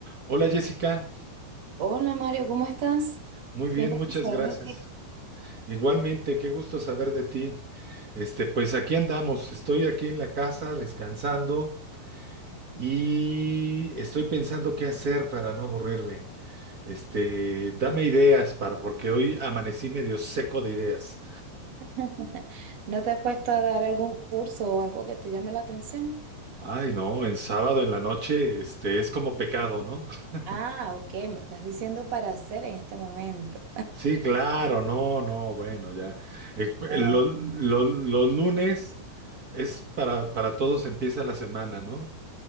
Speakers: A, on the right; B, on the right.
A: Hola Jessica,
B: Hola Mario, ¿cómo estás?
A: muy bien,
B: Tiempo
A: muchas
B: sin saber
A: gracias.
B: de ti.
A: Igualmente, qué gusto saber de ti. Este, pues aquí andamos, estoy aquí en la casa descansando y estoy pensando qué hacer para no aburrirme. Este, dame ideas para, porque hoy amanecí medio seco de ideas.
B: <laughs> ¿No te has puesto a dar algún curso o algo que te llame la atención?
A: Ay, no, en sábado en la noche, este, es como pecado, ¿no? <laughs>
B: Ah, ok, me estás diciendo para hacer en este momento.
A: Sí, claro, no, no, bueno, ya. Eh, cu- eh,
B: Ah,
A: lo- lo-
B: ok.
A: los lunes es para, para todos empieza la semana, ¿no?